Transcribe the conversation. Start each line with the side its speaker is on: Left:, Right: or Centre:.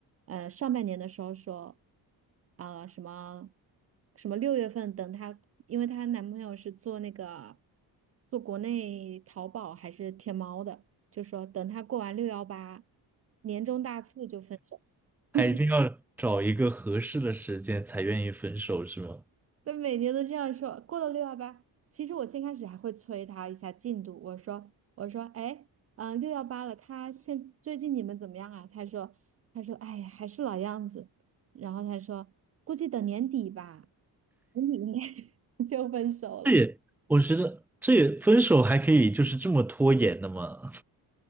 Right: 呃，上半年的时候说，啊、什么什么六月份等她，因为她男朋友是做那个做国内淘宝还是天猫的，就说等她过完六幺八年终大促就分手。
Centre: 还一定要找一个合适的时间才愿意分手，
Right: <laughs>
Centre: 是吗？
Right: 他每年都这样说，过了六幺八，其实我先开始还会催他一下进度，我说我说哎，嗯，六幺八了，他现最近你们怎么样啊？他说他说哎呀，还是老样子，然后他说估计等年底吧，年底 <laughs> 就分手了。
Centre: 这也，我觉得这也分手还可以就是这么拖延的吗？